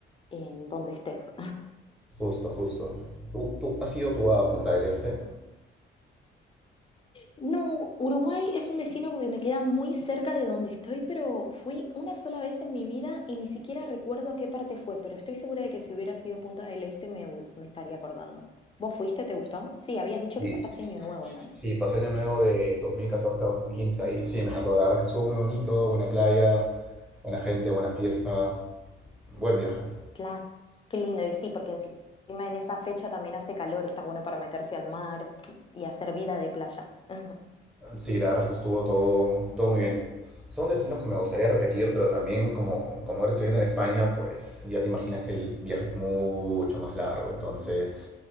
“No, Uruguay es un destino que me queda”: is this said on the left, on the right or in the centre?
Left